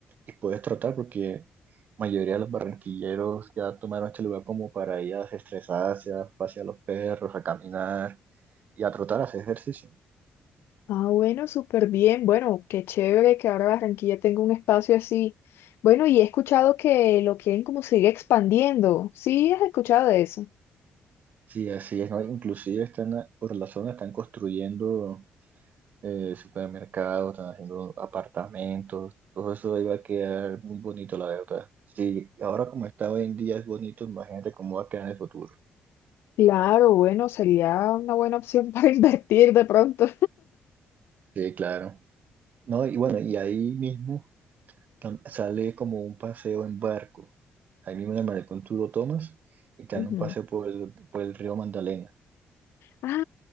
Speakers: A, on the right; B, on the left.
A: y puedes trotar porque la mayoría de los barranquilleros ya tomaron este lugar como para ir a desestresarse, a pasear a los perros, a caminar y a trotar, a hacer ejercicio.
B: Ah, bueno, súper bien. Bueno, qué chévere que ahora Barranquilla tenga un espacio así. Bueno, y he escuchado que lo quieren como seguir expandiendo. ¿Sí has escuchado de eso?
A: Sí, así es, ¿no? Inclusive están a- por la zona están construyendo eh, supermercados, están haciendo apartamentos, todo eso ahí va a quedar muy bonito, la verdad. Sí, ahora como está hoy en día es bonito, imagínate cómo va a quedar en el futuro.
B: Claro, bueno, sería una buena opción <laughs> para invertir de pronto.
A: Sí, claro. No, y bueno, y ahí mismo tam- sale como un paseo en barco. Ahí mismo en el malecón tú lo tomas y te
B: Ujú.
A: dan un paseo por el, por el río Magdalena.
B: Ah,